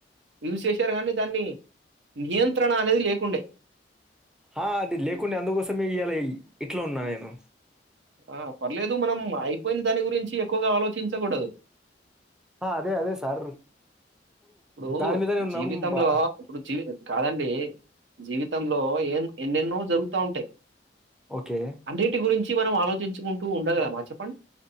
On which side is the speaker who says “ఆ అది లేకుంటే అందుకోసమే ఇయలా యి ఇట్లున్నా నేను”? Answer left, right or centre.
Centre